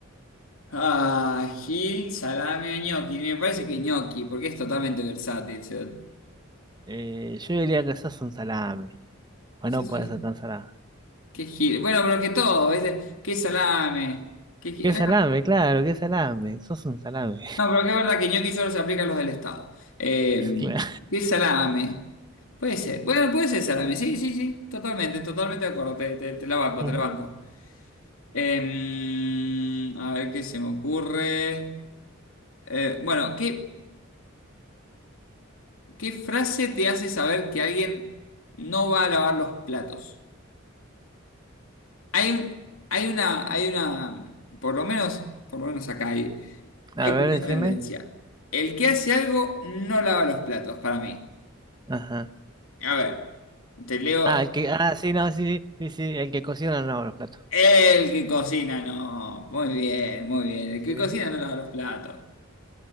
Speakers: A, on the left; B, on the right.
A: ah, Gil, salame o ñoqui. Me parece que ñoqui, porque es totalmente versátil. o sea,
B: Eh, yo diría que sos un salame. O
A: sí,
B: no
A: sí,
B: puede ser tan salame.
A: ¿Qué Gil? Bueno, pero que todo, ¿viste? ¿Qué salame? ¿Qué Gil?
B: Qué
A: Bueno,
B: salame, claro, qué salame. Sos un salame,
A: No, pero que es verdad que ñoqui solo se aplica a los del Estado. Eh,
B: <laughs> claro.
A: ¿qué salame? Puede ser. Bueno, puede ser salame. Sí, sí, sí. Totalmente, totalmente de acuerdo. Te, te, te la banco,
B: Ujú.
A: te la banco. Em, a ver qué se me ocurre. Eh, bueno, ¿qué, qué frase te hace saber que alguien no va a lavar los platos? Hay un- hay una, hay una, por lo menos, por lo menos acá hay,
B: A
A: hay
B: ver,
A: como una
B: decime.
A: tendencia. El que hace algo no lava los platos, para mí.
B: Ajá.
A: A ver, te leo.
B: Ah, el que, ah, sí, no, sí, sí, sí, sí, el que cocina no lava los platos.
A: El que cocina, no. Muy bien, muy bien.
B: Sí,
A: El que
B: sí.
A: cocina no lava los platos.